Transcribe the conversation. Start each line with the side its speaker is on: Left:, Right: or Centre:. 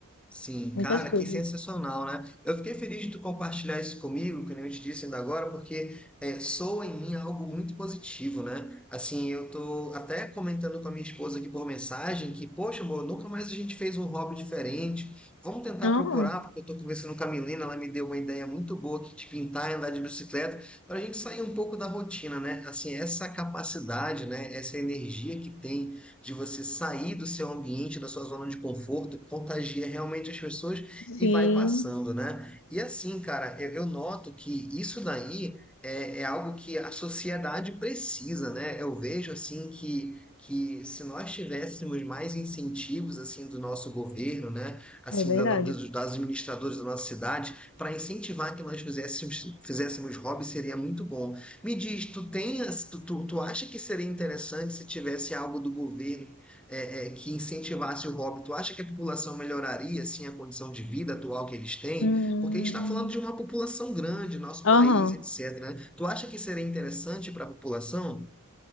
Centre: Sim,
Left: muitas
Centre: cara,
Left: coisas.
Centre: que sensacional, né? Eu fiquei feliz de tu compartilhar isso comigo, que nem eu te disse ainda agora, porque é, soa em mim algo muito positivo, né? Assim, eu tô até comentando com a minha esposa aqui por mensagem que, poxa, amor, nunca mais a gente fez um hobby diferente. Vamos tentar
Left: Ah,
Centre: procurar, porque eu tô conversando com a Milena, ela me deu uma ideia muito boa aqui de pintar e andar de bicicleta, para a gente sair um pouco da rotina, né? Assim, essa capacidade, né? Essa energia que tem de você sair do seu ambiente, da sua zona de conforto, contagia realmente as pessoas
Left: sim,
Centre: e vai passando, né? E assim, cara, eu, eu noto que isso daí é, é algo que a sociedade precisa, né? Eu vejo assim que, que se nós tivéssemos mais incentivos assim do nosso governo, né? Assim,
Left: é verdade.
Centre: da, no- dos, das administradores da nossa cidade, para incentivar que nós fizéssemos, fizéssemos hobby seria muito bom. Me diz, tu tem, as- tu, tu, tu acha que seria interessante se tivesse algo do governo é, é, que incentivasse o hobby? Tu acha que a população melhoraria assim a condição de vida atual que eles têm?
Left: Hum,
Centre: Porque a gente está falando de uma população grande, nosso
Left: Aham.
Centre: país, etc. né? Tu acha que seria interessante para a população?